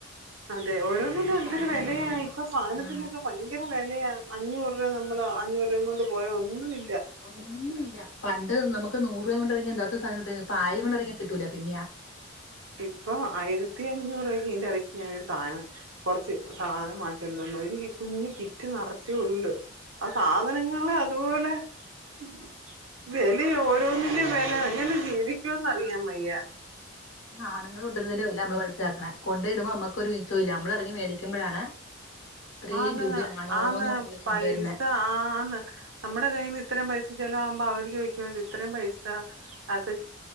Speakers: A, on the right; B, on the left.
A: അതെ ഓരോന്നിനും
B: ഒരു
A: എന്തൊരു
B: സാധനം
A: വേലയാ
B: മേടിക്കാന്
A: ഇപ്പൊ സാധനത്തിനൊക്കെ
B: ഉം
A: ഭയങ്കര വെലയാ അഞ്ഞൂറ് രൂപ നമ്മള് അഞ്ഞൂറ ഉം കൊണ്ട് പോയ ഒന്നും ഇല്ല
B: ഒന്നുമില്ല പണ്ട് നമക്ക് നൂറു രൂപ കൊണ്ട ഇറങ്ങാ എന്താത്തെ സാധം കിട്ട ഇപ്പ ആയിരം കൊണ്ട ഇറങ്ങിയൻ കിട്ടൂല പിന്നെ
A: ഇപ്പൊ ആയിരത്തി അഞ്ഞൂറക്ക് ഇന്റെ ഇടയ്ക്ക് ഞാനൊരു സാധനം കൊറച്ച് സാധനം വാങ്ങിച്ചിണ്ടിന്നു ഒരു കുഞ്ഞ് കിറ്റ് നിറചെള്ളു ആ സാധനങ്ങള് അതുപോലെ- ഉം
B: അതെ
A: വിലയ ഓരോന്നിന്റെ വില അങ്ങനെ ജീവിക്കോന്ന്റിയാം വയ്യ
B: ആണുങ്ങൾണ്ടിന്നന്റെ വെലനമ്മ താക്ക്ണെ കൊണ്ട് ഇടുമ്പോൾ നമ്മക്കൊരു <unintelligible> ഇല്ല നമ്മളെറങ്ങി മേടിക്കുമ്പോഴാണ് ഇത്രയും
A: ആന്ന്
B: രൂപയാണോന്ന്
A: ആന്ന്
B: ഉള്ള ചിന്ത
A: പൈസ
B: വരുന്നെ
A: ആന്ന് നമ്മടെ കയ്യിൽ നിന്ന് ഇത്രയും പൈസ ചെിലവകുമ്പോ അവര് ചോദിക്കുമ്പോത് ഇത്രയും പൈസ ആക്കെ